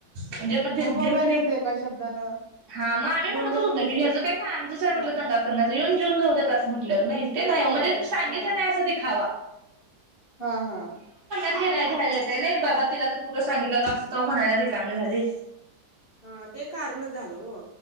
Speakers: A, on the right; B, on the left.
A: म्हणजे मग दीर
B: बोलवायचं
A: कणी.
B: होतं एका शब्दानं
A: हा मग आम्ही
B: बोलूया
A: म्हणतच
B: म्हणायचं
A: होतो की
B: होतं
A: ह्याच
B: का
A: काय काय आमच काय म्हटलं
B: हा
A: दंगा करन. येऊन जेऊन जाऊदेत असं म्हटलं नाही. ते नाही
B: होय
A: म्हणजे सांगितलं
B: हा
A: नाही असं देखावा.
B: हा. हा.
A: नाही घ्यायला येतय नाही बाबा. तिला तर कुठं सांगितलेल असं तो म्हणायला रिकाम झाली.
B: हा ते कारणच झालं हो